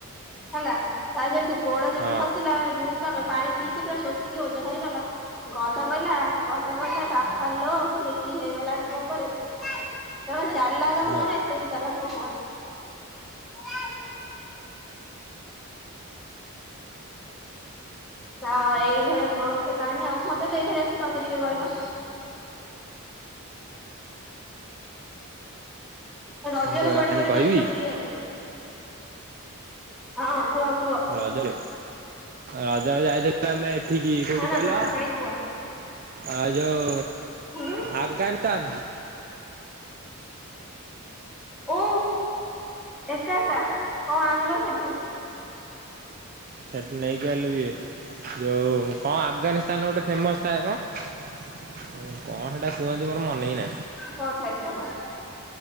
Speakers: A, in the centre; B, on the right.
A: ହେଲା ତା ଯେମିତି ଗୋଡ ଯେମିତି
B: ହଁ
A: ଖସିଲା ରୁଇ କ ପାଣି ପିଇକି ପୁରା ଶୋଷିକି ଓଜନ ହେଇଗଲା ଗଧ କହିଲା ଗଧ କହିଲା ବାପା ଲୋ ଇ କି ହେଇଗଲା ଆଜି ମୋ ଉପରେ କି ଚାଲାକ
B: ହଁ
A: ହୁଅନ ଏତେ ବି ଚାଲାକ ହୁଅନା। ହ ଏଇଭଳିଆ କୋଉଟେ କାହାଣୀ ଆଉ ମତେ ତ ଏଇଭଳିଆ ଆସେ ତମେ ଟିକେ କହିଲ? ରଜ
B: ମୁଁ ସେଇଭଳିଆ
A: ରେ କୁଆଡେ
B: କାଣି
A: କୁଆଡ
B: କହିବି
A: ଯାଇଥିଲ ବୁଲିବା ପାଇଁ? ହଁ କୁହ
B: ରଜରେ ରଜ ରେ ଯାଇଥିଲି। ଆମେ ଏଠିକି କୋଉଠି
A: ନା ନା
B: କହିଲ
A: ଗୋଟେ କାହାଣୀ କୁହ
B: ଆ ଯୋଉ
A: ହୁଁ
B: ଆଫଗାନିସ୍ତାନ
A: ଓ ଏକା ଏକା କଣ ଆଣିଲ ସେଠୁ?
B: ସେଠି ନେଇକି ଆଇଲୁ ଇଏ ଯୋଉ କଣ ଆଫଗାନିସ୍ତାନ ଗୋଟେ ଫେମସ ଥାଏମ କଣ କଣ ସେଟା କୁହନ୍ତି ମୋର ମନ ହିଁ ନାହିଁ।
A: କଣ ଥାଏ ଫେମସ?